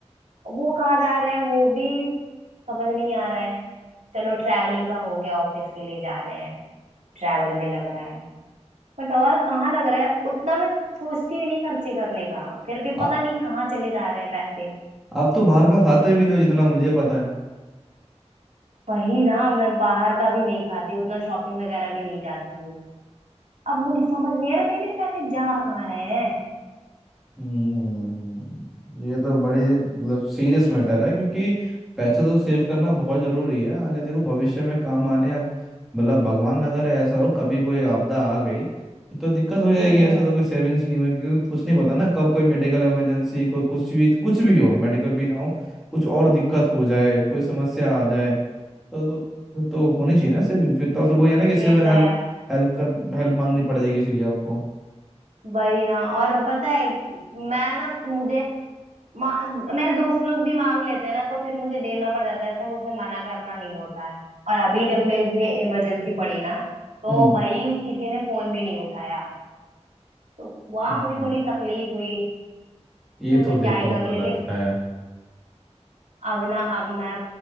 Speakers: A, on the right; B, in the centre.
A: वो कहाँ जा रहे हैं वो भी समझ नहीं आ रहा है चलो ट्रैवलिंग का हो गया ऑफिस के लिए जा रहे हैं ट्रैवल में लग रहा है बट और कहाँ लग रहा है उतना मैं सोचती ही नहीं खर्चे करने का फिर भी
B: आ-
A: पता नहीं कहाँ चले जा रहे हैं पैसे
B: आप तो बाहर का खाते भी नहीं हो जितना मुझे पता है
A: वही ना मैं बाहर का भी नहीं खाती उतना शॉपिंग वगैरह भी नहीं जाती हूँ अब मुझे समझ नहीं आ रहा भाई मेरे पैसे जा कहाँ रहे हैं
B: हम्म ये तो बड़ी मतलब सीरियस मैटर है क्योंकि पैसा तो सेव करना बहुत जरूरी है आगे देखो भविष्य में काम आने अब मतलब भगवान ना करे ऐसा हो कभी कोई आपदा आ गई तो दिक्कत हो जाएगी
A: हम्म
B: ऐसा तो कि सेविंग्स नहीं हुई क्योंकि कुछ नहीं पता ना कब कोई मेडिकल इमरजेंसी कोई कुछ भी कुछ भी हो मेडिकल भी ना हो कुछ और दिक्कत हो जाए कोई समस्या आ जाए तो तो फिर तो होनी चाहिए ना सेविंग फिर तो फिर वही है ना किसी
A: ये
B: का फिर हेल्प
A: तो है
B: हेल्प कर हेल्प मांगनी पड़ेगी किसी की आपको
A: वही ना और पता है मैं ना मुझे मा- मेरे दोस्त लोग भी मांग लेते हैं ना तो फिर मुझे देना पड़ जाता है ऐसे मुझे मना करना नहीं होता है और अभी जब मुझे इमरजेंसी पड़ी ना तो
B: हम्म
A: भाई किसी ने फोन भी नहीं उठाया तो वहां
B: हम्म
A: मुझे थोड़ी तकलीफ हुई
B: ये
A: तो फिर
B: तो
A: मैं
B: देखो
A: क्या ही करूँ
B: गलत
A: लेकिन
B: है
A: अब ना अब मैं